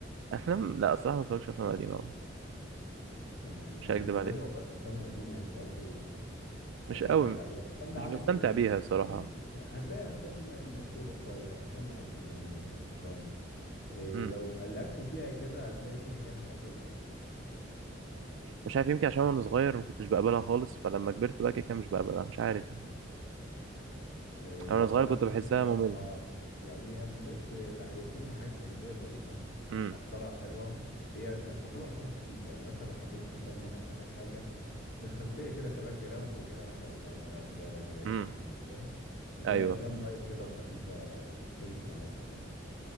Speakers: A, on the right; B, on the left.
A: افلام لا الصراحه ما بتفرجش افلام قديمه أوي.
B: تمام
A: مش
B: انا
A: هكدب
B: بالنسبه
A: عليك
B: لي والله الافلام القديمه يعني برضو بحب
A: مش قوي
B: اتفرج عليها افلام لعادل
A: مش بستمتع
B: امام
A: بيها الصراحه
B: يعني هتلاقي افلام مشهوره شويه افلام لعادل امام يحيى الفخراني إيه
A: امم
B: لو قلبت فيها كده هتلاقي في حاجات هتعجبك
A: مش عارف يمكن عشان وانا صغير ما كنتش بقبلها خالص فلما كبرت بقى كده كده مش بقبلها مش عارف يعني
B: آه، لو
A: أنا وانا صغير
B: قلبت
A: كنت بحسها
B: فيها ده
A: ممله
B: اه يعني بص لا في منها حاجات كوميديه ظريفه
A: امم
B: افكارها حلوه هي بتعتبر افلام خفيفه يعني مثلا لو حبيت مثلا ان انا اشغل حاجه في الخلفيه كده كباك جراوند كده مثلا وانا بتغدى وانا باكل
A: امم
B: انت فاهم بتبقى
A: ايوه
B: افلام لايت كده وخفيفه بتمشي معاك يعني